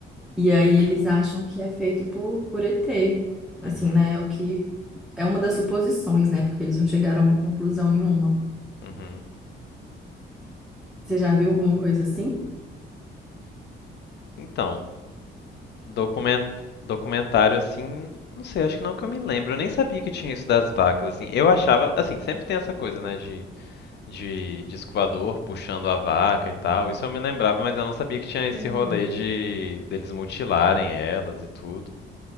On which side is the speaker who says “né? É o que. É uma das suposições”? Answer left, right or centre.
Centre